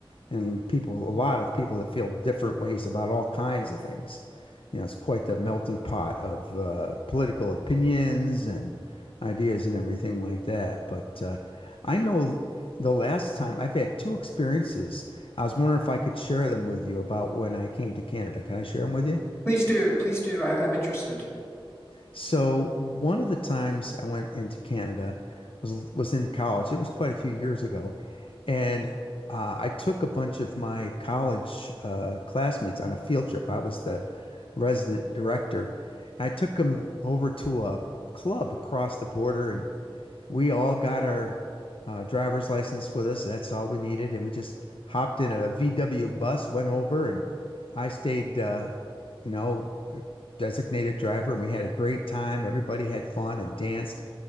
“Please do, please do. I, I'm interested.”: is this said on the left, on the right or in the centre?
Left